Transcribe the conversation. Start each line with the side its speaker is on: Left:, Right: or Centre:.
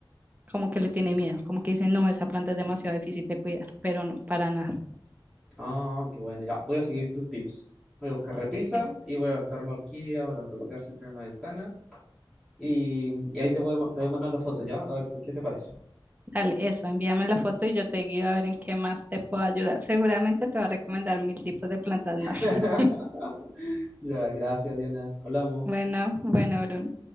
Right: como que le tiene miedo, como que dice, no, esa planta es demasiado difícil de cuidar, pero no, para nada.
Centre: Ah, qué bueno, ya. Voy a seguir tus tips. Voy a buscar repisas
Right: Sí.
Centre: y voy a buscar una horquilla para colocar cerca de una ventana. Y, y ahí te voy, te voy mandando fotos, ¿ya? A ver qué te parece.
Right: Dale, eso, envíame la foto y yo te guío a ver en qué más te puedo ayudar. Seguramente te va a recomendar mil tipos de plantas
Centre: <laughs>
Right: más. <laughs>
Centre: Ya, gracias, Diana. Hablamos.
Right: Bueno, bueno, Bruno.